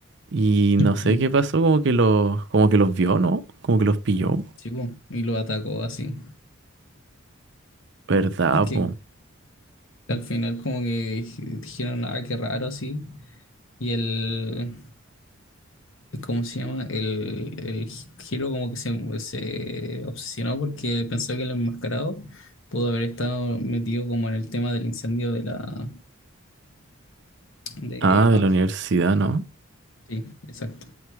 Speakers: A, on the right (about 55°); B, on the left (about 65°).
A: Y no
B: Ujú.
A: sé qué pasó, como que los, como que los vio, ¿no? Como que los pilló.
B: Sí, pues, y lo atacó así.
A: ¿Verdad,
B: Y que
A: po?
B: al final como que dij- dijeron, ah, qué raro así. Y el, ¿Cómo se llama? El, el Hiro como que se, se obsesionó porque pensó que el enmascarado pudo haber estado metido como en el tema del incendio de la... De,
A: Ah, de
B: ah,
A: la universidad, ¿no?
B: sí, exacto.